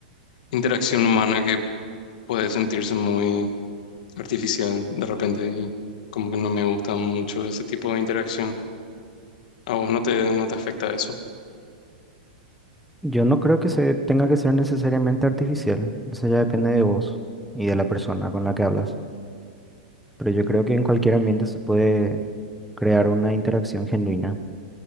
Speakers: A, on the left; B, in the centre.
A: interacción humana que puede sentirse muy artificial de repente y como que no me gusta mucho ese tipo de interacción. A vos no te, no te afecta eso.
B: Yo no creo que se tenga que ser necesariamente artificial, eso ya depende de vos y de la persona con la que hablas. Pero yo creo que en cualquier ambiente se puede crear una interacción genuina,